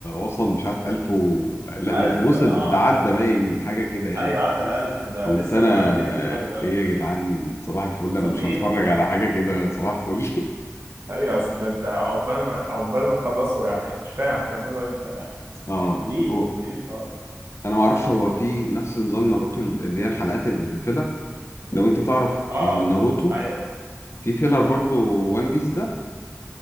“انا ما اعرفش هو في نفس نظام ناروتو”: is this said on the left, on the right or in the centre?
Left